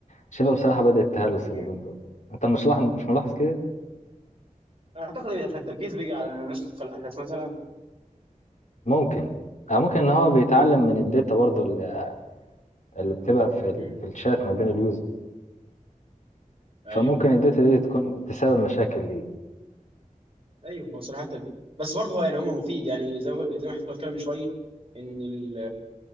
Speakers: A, on the left (about 60°); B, on the right (about 40°).
A: شبه بصراحة بدأت تهلوس
B: مم.
A: اليومين دول انت مش لاحظ مش ملاحظ كده
B: اعتقد إن عشان التركيز بيجي على النسخه الاحدث مثلا
A: ممكن أو ممكن ان هو بيتعلم من
B: مم.
A: الداتا برضه اللي اللي بتبقى في ال...
B: مم.
A: في الشات ما بين اليوزر
B: ايوه
A: فممكن الداتا دي تكون تسبب مشاكل ليه
B: ايوه هو صراحه بس برضه هو يعني هم مفيد يعني زي ما زي ما احنا كنا بنتكلم من شويه ان ال...